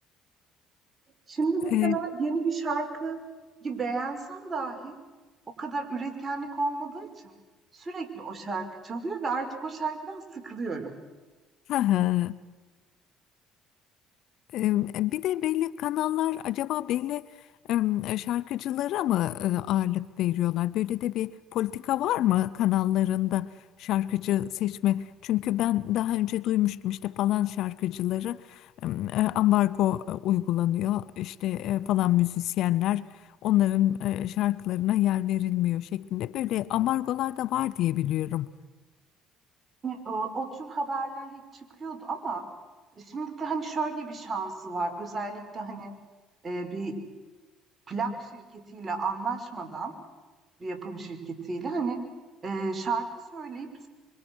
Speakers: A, on the right (about 35°); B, on the left (about 70°).
A: Şimdi mesela
B: <laughs> E,
A: yeni bir şarkıyı beğensem dahi o kadar üretkenlik olmadığı için sürekli o şarkı çalıyor ve artık o şarkıdan sıkılıyorum.
B: <laughs> E, Bir de belli kanallar acaba belli e, şarkıcılara mı e, ağırlık veriyorlar? Böyle de bir politika var mı kanallarında şarkıcı seçme? Çünkü ben daha önce duymuştum işte falan şarkıcıları e, ambargo e, uygulanıyor. İşte e, falan müzisyenler onların e, şarkılarına yer verilmiyor şeklinde. Böyle ambargolar da var diye biliyorum.
A: Yani O, o tür haberler hep çıkıyordu ama şimdi de hani şöyle bir şansı var. Özellikle hani e, bir plak şirketiyle anlaşmadan bir yapım şirketiyle hani e, şarkı söyleyip